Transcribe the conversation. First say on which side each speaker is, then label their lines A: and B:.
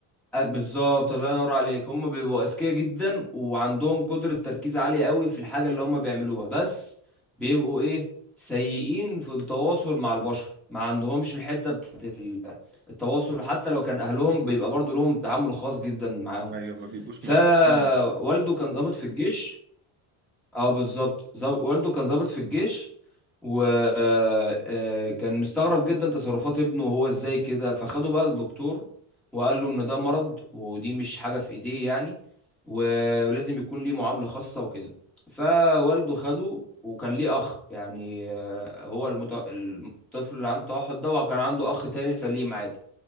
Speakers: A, in the centre; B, on the right.
A: آه، بالظبط الله ينور عليك هم بيبقوا اذكياء جدا وعندهم قدرة تركيز عالية قوي في الحاجة اللي هم بيعملوها بس بيبقوا ايه سيئين في التواصل مع البشر ما عندهمش الحتة بتاعت ال- التواصل حتى لو كان اهلهم بيبقى برضو لهم تعامل خاص جدا معاهم
B: ايوه ما بيبقوش
A: فوالده
B: مهتمين
A: كان ضابط في الجيش اه بالظبط ظاب- والده كان ضابط في الجيش وكان مستغرب جدا تصرفات ابنه وهو ازاي كده فخده بقى للدكتور وقال له ان ده مرض ودي مش حاجة في ايديه يعني و- ولازم يكون ليه معاملة خاصة وكده فوالده خده وكان ليه اخ يعني آه، هو المت... الطفل اللي عنده توحد ده وكان عنده اخ تاني سليم عادي